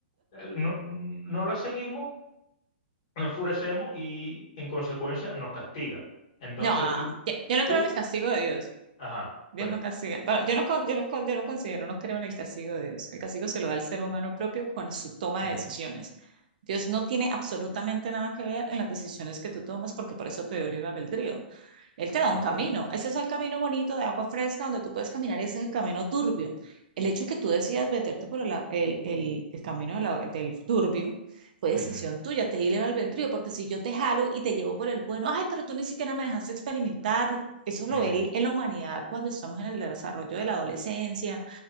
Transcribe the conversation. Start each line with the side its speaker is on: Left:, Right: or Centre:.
Left: eh, no, no la seguimos, nos enfurecemos y en consecuencia nos castiga. Entonces
Right: No, ah,
Left: tú,
Right: yo yo no
Left: tú
Right: creo
Left: en-
Right: en el castigo de Dios.
Left: ajá,
Right: Dios
Left: cuenta.
Right: no castiga. Bueno, yo no, con- yo no, con- yo no considero, no creo en el castigo de Dios. El castigo se lo da al ser humano propio con su toma
Left: Ujú,
Right: de decisiones. Dios no tiene absolutamente nada que ver en las decisiones que tú tomas porque por eso te dio libre albedrío. Él te da
Left: me
Right: un camino.
Left: acuerdo.
Right: Ese es el camino bonito de agua fresca donde tú puedes caminar y ese es el camino turbio. El hecho que tú decidas meterte por el, el, el, el camino de la- del turbio fue decisión
Left: Ujú,
Right: tuya, te di libre albedrío, porque si yo te jalo y te llevo por el bueno, ay, pero tú ni siquiera me dejaste experimentar. Eso lo
Left: ujú,
Right: ve el- en la humanidad cuando estamos en el desarrollo de la adolescencia.